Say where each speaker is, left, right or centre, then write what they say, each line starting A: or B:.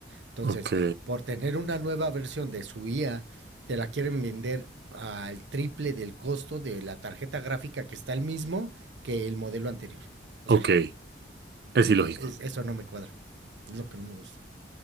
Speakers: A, on the right; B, on the right.
A: Entonces,
B: Ok.
A: por tener una nueva versión de su IA, te la quieren vender al triple del costo de la tarjeta gráfica que está el mismo que el modelo anterior. O
B: Ok.
A: sea,
B: Es ilógico.
A: es- eso no me cuadra. Es lo que no me gusta.